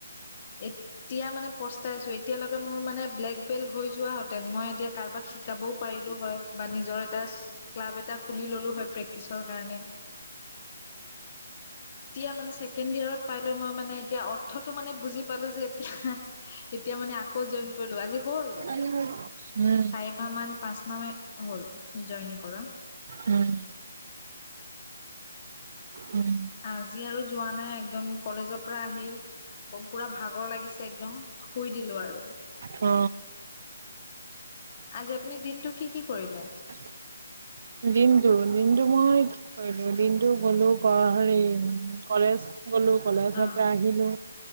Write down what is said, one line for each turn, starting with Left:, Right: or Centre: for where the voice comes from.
Left: এতিয়া মানে পস্তাই আছোঁ, এতিয়ালৈকে মোৰ মানে ব্লেক বেল হৈ যোৱা হতেন, মই এতিয়া কাৰোবাক শিকাবও পাৰিলোঁ হয়, বা নিজৰ এটা ক্লাব এটা খুলি ল'লোঁ হয় প্ৰেক্টিচৰ কাৰণে। তিয়া মানে ছেকেণ্ড ইয়েৰত পাই লৈ মই মানে এতিয়া অৰ্থটো মানে বুজি পালোঁ যে এতিয়া এতিয়া মানে আকৌ জইন কৰিলোঁ, আজি হ'ল
Right: হু
Left: চাৰি মাহ মান পাঁচ মাহ হ'ল জইন কৰা
Right: উম, উম,
Left: আজি আৰু যোৱা নাই একদম কলেজৰ পৰা আহি পুৰা ভাগৰ লাগিছে একদম শুই দিলো আৰু
Right: অ
Left: আজি আপুনি দিনটো কি কি কৰিলে?
Right: অ <inaudible> দিনটো দিনটো মই কি কৰিলো দিনটো গলো হেৰি কলেজ গলো কলেজৰ
Left: অ
Right: পৰা আহিলো